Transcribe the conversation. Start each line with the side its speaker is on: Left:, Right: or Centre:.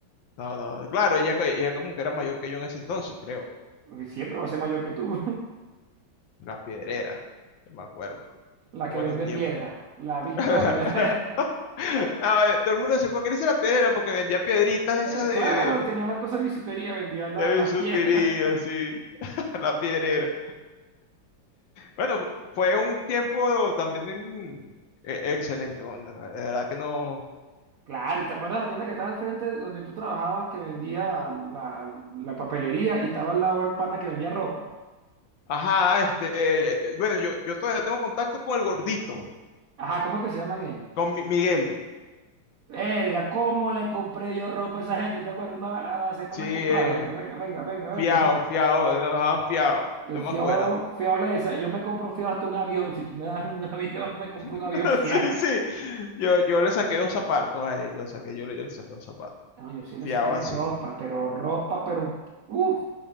Left: No, no. Claro, ella, ella como que era mayor que yo en ese entonces, creo.
Right: <laughs> Porque Siempre va a ser mayor que tú. <laughs>
Left: La Piedrera, no me acuerdo.
Right: La
Left: Buenos
Right: que vende
Left: tiempos.
Right: piedra, la Victoria.
Left: <laughs> No, eh, todo el mundo decía, ¿por qué le dice la piedrera? Porque vendía piedritas esas
Right: Eh, claro,
Left: de, de,
Right: tenía la cosa de bisutería, vendía la-
Left: de
Right: las
Left: bisutería,
Right: piedras. <laughs>
Left: así. <laughs> La piedrera. Bueno, fu- fue un tiempo también en- eh, excelente, bueno, de verdad que no.
Right: Claro, ¿y te acuerdas la tienda que estaba al frente donde tú trabajabas que vendía la, la papelería y estaba al lado el pana que vendía ropa?
Left: Ajá, este, eh, bueno, yo, yo todavía tengo contacto con el gordito,
Right: Ajá, ¿cómo es que se llaman ellos?
Left: con Mi- Miguel.
Right: Verga, ¿cómo le compré yo ropa a esa gente? ¿Te acuerdas? Una, a la semana
Left: Sí, eh,
Right: compraba y que venga, venga, venga, venga.
Left: fiao, fiao, nos daban fiao,
Right: <laughs> El
Left: no me
Right: fiado,
Left: acuerdo.
Right: fiado le decía, yo me compro fiado hasta un avión. Si tú me das un <laughs> avión, me compro un
Left: <laughs>
Right: avión fiado.
Left: Sí, sí. Yo, yo le saqué dos zapatos a él, lo saqué, yo, le- yo le saqué dos zapatos.
Right: No, yo sí le
Left: Fiado
Right: saqué
Left: así,
Right: ropa, pero ropa, pero... Uf,